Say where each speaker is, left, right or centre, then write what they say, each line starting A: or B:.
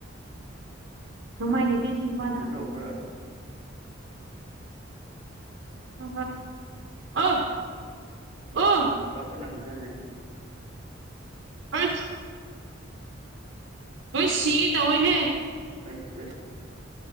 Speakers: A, on the right; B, on the right.
A: ꯃꯥꯏ ꯂꯩꯗꯤꯁꯨ ꯀꯅ
B: ꯎꯕ꯭ꯔꯥ ꯎꯕ꯭ꯔꯥ
A: ꯎ ꯑꯣ ꯑꯣ
B: ꯀꯄ ꯅꯪ꯭ꯔꯅꯦ
A: ꯑꯁ ꯍꯣꯏ ꯁꯤꯠ ꯑꯑꯣꯏꯍꯦ
B: ꯑꯁ ꯑꯁ